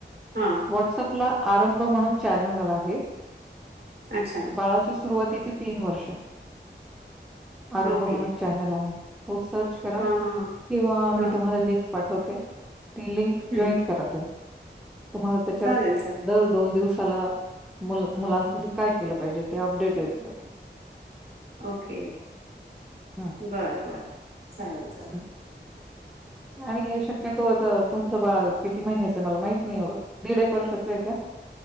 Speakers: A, on the right; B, in the centre.
A: हां,
B: व्हॉट्सअपला आरंभ म्हणून चॅनल आहे. तर
A: अच्छा.
B: बाळाच्या सुरुवातीची तीन वर्ष आरंभ
A: ओके.
B: म्हणून चॅनल आहे. तो सर्च करा
A: हां, हां, हां,
B: किंवा मी
A: हां.
B: तुम्हाला लिंक पाठवते. ती लिंक
A: हं.
B: जॉईंट करा तु तुम्हाला त्याच्यात
A: चालेल, चालेल.
B: दर दोन दिवस तुम्हाला मुलांसाठी काय केलं पाहिजे ते अपडेट जातील.
A: ओके
B: हं,
A: बरं बरं चालेल चालेल.
B: हं. आणि शक्यतो आता तुमचं बाळ किती महिन्याचं मला माहित नाही एवढं दीड एक वर्षाचं आहे का?